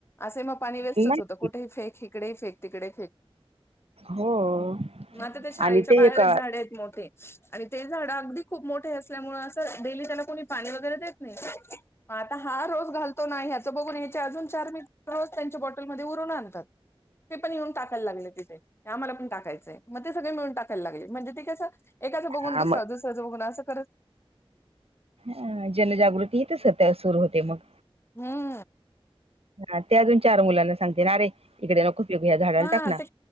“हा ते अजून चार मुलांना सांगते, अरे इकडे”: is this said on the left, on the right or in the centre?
Right